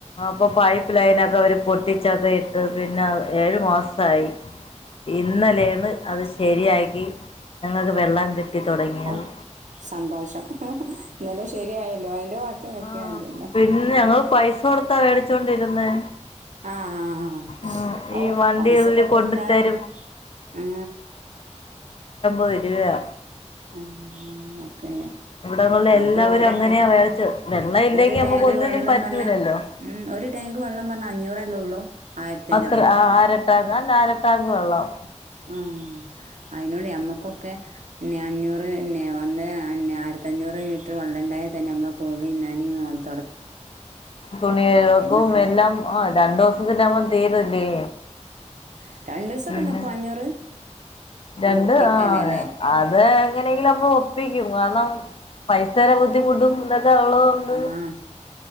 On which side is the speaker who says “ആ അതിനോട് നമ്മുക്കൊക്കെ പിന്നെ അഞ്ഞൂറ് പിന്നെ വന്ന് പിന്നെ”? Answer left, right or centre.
Right